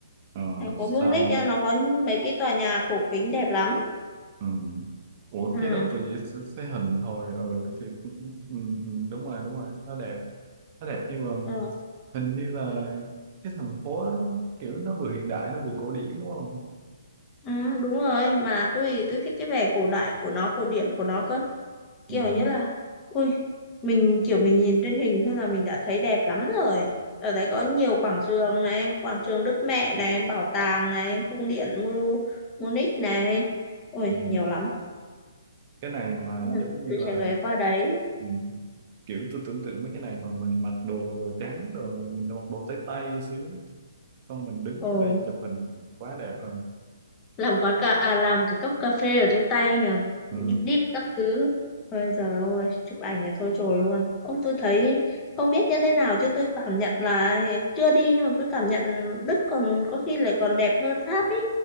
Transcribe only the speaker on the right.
Ờ,
sao
Ừ. Ủa
cái đó tôi chỉ sẽ, hình thôi ừ, thì, ừ, ừ, ừ, đúng rồi đúng rồi nó đẹp nó đẹp nhưng mà
hình như là cái thành phố đó kiểu nó vừa hiện đại nó vừa cổ điển đúng không
ừ,
ừ.
cái này mà
giống như
là
ừ, kiểu tôi tưởng tượng mấy cái này mà mình mặc đồ đồ trắng đồ mình mặc đồ tay tay xíu xong mình đứng
ở đây chụp hình quá đẹp hơn
ừ,